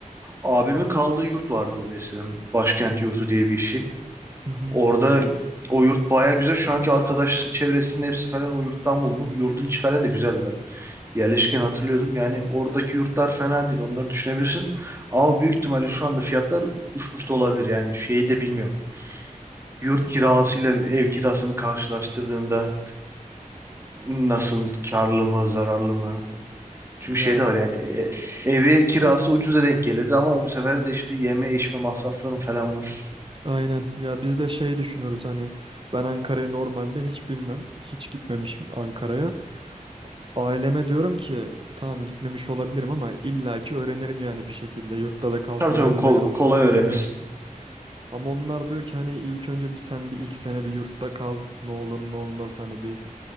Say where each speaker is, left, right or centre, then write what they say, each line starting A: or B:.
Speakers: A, on the right; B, on the right.
A: Abimin kaldığı yurt vardı orada eskiden. Başkent yurdu diye bir şey.
B: Hı hı.
A: Orada o yurt baya güzel. Şu anki arkadaş çevresinin hepsi falan o yurttan bulma. Yurdun içi falan da güzel ben. Yerleşken hatırlıyordum. Yani oradaki yurtlar fena değil. Onları düşünebilirsin. Ama büyük ihtimalle şu anda fiyatlar uçmuş da olabilir. Yani şeyi de bilmiyorum. Yurt kirasıyla ev kirasını karşılaştırdığında nasıl karlı mı zararlı mı? Çünkü
B: Ya
A: şey de var yani e, evi kirası ucuza denk gelir ama bu sefer de işte yeme içme masrafların falan var.
B: aynen. Ya biz de şey düşünürüz hani ben Ankara'yı normalde hiç bilmem. Hiç gitmemişim Ankara'ya. Aileme diyorum ki tamam gitmemiş olabilirim ama illaki öğrenirim yani bir şekilde. Yurtta da kalsam
A: Tabii tabii
B: evde
A: kol-
B: de kalsam
A: kolay
B: öğrenirim.
A: öğrenirsin.
B: Ama onlar diyor ki hani ilk önce bir sen bir ilk sene bir yurtta kal. Ne olur ne olmaz hani bir